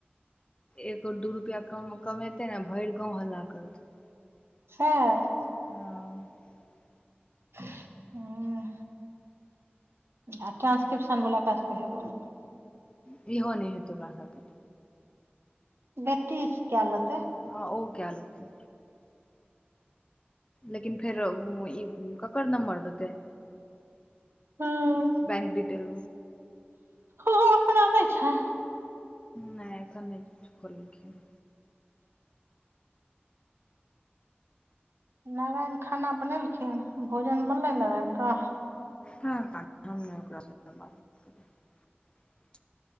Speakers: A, on the left; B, on the right.
A: एक ओ दू रुपआ कम कमे ने भरि गाँव हल्ला करतै
B: हँ
A: ह
B: ह आ टानंसक्रिप्शन बला कऽ सब हेबो ने
A: बिहो नहि हेतौ ओकरा सबके
B: बेतीसकेल तऽ
A: हँ ओ काम लतै लेकिन फेर उ ई ककर नम्बर देते
B: हँ
A: बैंक डिटेल
B: ओहो अपना नहि छै
A: नहि एखन खोलखिन
B: नारायण खाना बनेलखिन भोजन बनलै नारायणके
A: हँ ह हम न ओकरा सब स बात करे छी